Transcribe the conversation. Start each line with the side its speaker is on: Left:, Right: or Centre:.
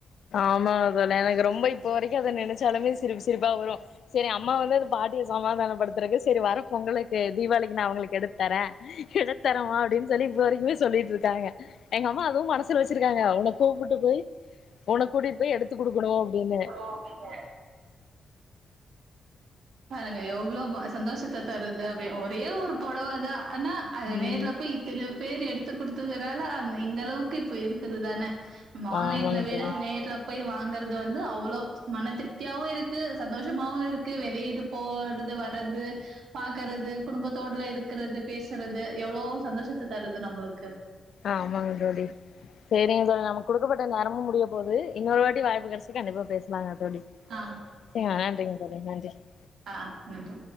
Left: ஆமா அதல்ல எனக்கு ரொம்ப இப்ப வரைக்கு அத நினைச்சாலுமே சிரிப்பு சிரிப்பா வரு சேரி அம்மா வந்து அது பாட்டிய சமாதானப்படுத்துறக்கு சரி வர பொங்கலுக்கு தீபாளிக்கு நா உங்களுக்கு எடுத்து தரே எடுத்தரமா அப்படின் சொல்லி இப்ப வரைக்குமே சொல்லிட்டுருக்காங்க எங்க அம்மா அதுவு மனஸ் சுல வச்சிருக்காங்க உன கூப்பிட்டு போய் உன கூட்டிட்டு பய் எடுத்து குடுக்கணு அப்படின்னு
Right: ஓ நீங்க பாருங்க எவ்வளவு சந்தோஷத்த தருது அப்படிய ஒரே ஒரு புடவாதா ஆனா அது
Left: ம்
Right: நேர்ல போய் இத்தனை பேர் எடுத்து குடுத்ததுனால அந்த இந்த அளவுக்கு இப்ப இருக்குது தான ம ஆன்லைன்ல
Left: ஆமாங்க
Right: விட
Left: தோழி
Right: நேர்ல போய் வாங்கறது வந்து அவ்ளோ மன திருப்தியாவு இருக்கு சந்தோஷமாவு இருக் கு வெளியேது போறது வறது பாக்குறது குடும்பத்தோடல இருக்கிறது பேசுறது எவ்ளோ சந்தோஷத்த தருது நம்மளுக்கு
Left: அ ஆமாங்க தோழி சேரிங்க தோழி நமக்கு குடுக்கப்பட்ட நேரமும் முடிய போகுது இன்னொரு வாட்டி வாய்ப்பு கிடைச்சு கண்டிப்பா பேசலாங்க தோழி ச
Right: ஆ
Left: வேணான்றிங்க தோழி <inaudible>
Right: ஆ நன்றி